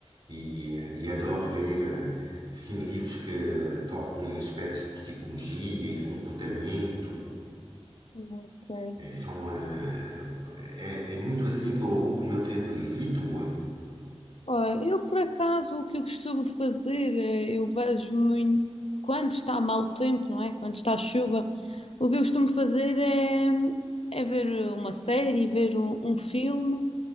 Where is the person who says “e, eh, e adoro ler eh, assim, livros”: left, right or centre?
Right